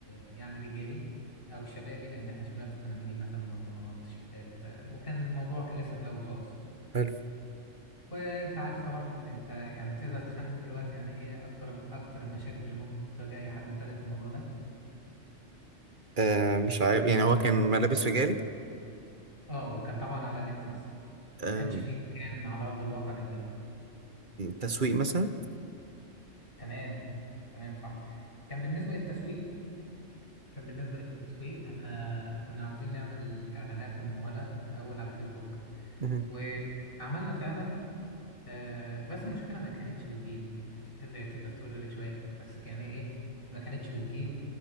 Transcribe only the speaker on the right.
حلو
آه مش عارف يعني هو كان ملابس رجالي
آه
تسويق مثلا
مهم.